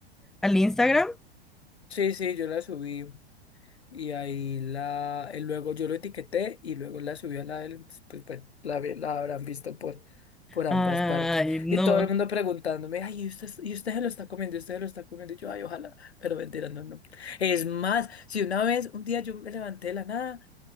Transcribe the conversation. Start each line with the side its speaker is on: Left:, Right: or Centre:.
Centre: al Instagram.
Left: Sí, sí, yo la subí. Y ahí la, él luego yo lo etiqueté y luego la subí a la del, pues bueno, la, vi- la habrán visto por, por ambas
Centre: Ay,
Left: partes.
Centre: no.
Left: Y todo el mundo preguntándome, ay, ¿y usted, y usted se lo está comiendo? ¿Y usted se lo está comiendo? Y yo, ay, ojalá, pero mentira, no, no. Es más, si una vez, un día yo me levanté de la nada.